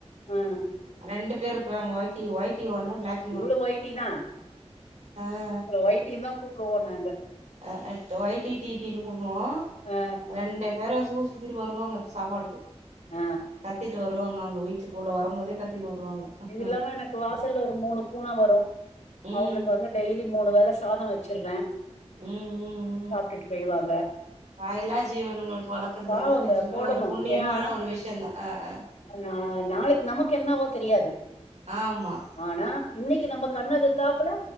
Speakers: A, on the left (about 85°); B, on the right (about 85°).
A: ஆ
B: ரெண்டு பேர் இருக்கறாங்க ஒயிட் ஒயிடி ஒண்ணு பிளாக்
A: இவ்ளவு ஓயிட்டி தா
B: ஆ
A: இவள ஓயிட்டி தா கூப்பிடுவோ நாங்க
B: ஆ ட்டு ஒயிடி டி டி னு கூப்புடுவோ
A: ஆ
B: ரெண்டு வேற ஊறு சுத்திட்டு வருவாங்க சாப்பாடுக்கு
A: ஆ
B: கத்திட்டு வருவாங்க அங்க வீட்டுக்குள்ளே வரும்போதே கத்திட்டு வருவாங்க
A: இது
B: ம்
A: இல்லாம எனக்கு வாசல்ல ஒரு மூணு பூனை வரு
B: ம்
A: அவங்களுக்கு வந்து டெய்லி மூணு வேலை சாத வச்சுடுறே
B: ம் ம்
A: சாப்ட்டுட்டு போயிடுவாங்க
B: வாயிலா ஜீவனங்களுக்கு வளக்கறது
A: பாவங்க
B: வந்து நிஜமே
A: போடணு
B: ஒரு புண்ணியமான
A: ஏன்னா
B: ஒரு விஷய தா ஆ ஆ
A: நா நாளைக்கு நமக்கு என்னவோ தெரியாது
B: ஆமா
A: ஆனா இன்னைக்கு நம்ம கண்ணு எதுதாப்புல